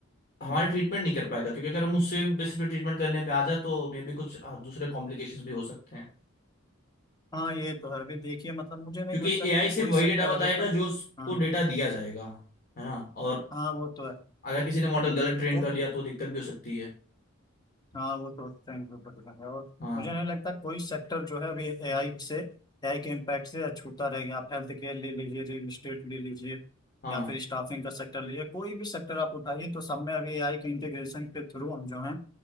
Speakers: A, on the left; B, on the left.
A: हमारे
B: हम्म,
A: ट्रीटमेंट नहीं कर पाएगा क्योंकि अगर हम उससे बेसिस पे ट्रीटमेंट करने पे आ जाए तो मे भी कुछ अ, दूसरे कॉम्प्लिकेशंस भी हो सकते हैं
B: हाँ ये तो है अभी देखिए मतलब मुझे नहीं
A: क्योंकि
B: लगता
A: एआई
B: कि
A: सिर्फ
B: कोई
A: वही
B: सेक्टर
A: डेटा बताएगा
B: अभी अ-
A: जो उसको
B: हाँ
A: डेटा दिया जाएगा है ना और
B: हाँ वो तो है
A: अगर किसी
B: हम्म,
A: ने मॉडल गलत
B: तो
A: ट्रेन कर लिया तो दिक्कत भी हो सकती है
B: हाँ वो तो उसका इम्प्रूवमेंट दिखेंगे और
A: हाँ
B: मुझे नहीं लगता कोई सेक्टर जो है अभी एआई से एआई के इम्पैक्ट से अछूता रह गया आप हेल्थ केयर ले लीजिए रियल इस्टेट ले लीजिए
A: हाँ
B: या फिर स्टाफिंग का सेक्टर लीजिए कोई भी सेक्टर आप उठाइए तो सब में अभी एआई के इंटीग्रेशन के थ्रू हम जो है